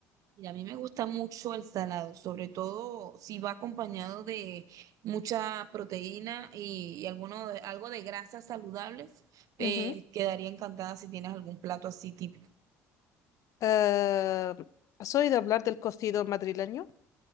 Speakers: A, on the right (about 60°); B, on the left (about 55°).
A: Y a mí me gusta mucho el salado, sobre todo si va acompañado de mucha proteína y, y alguno de- algo de grasas saludables. eh,
B: Ujú.
A: quedaría encantada si tienes algún plato así típico.
B: Eh, ¿has oído hablar del cocido madrileño?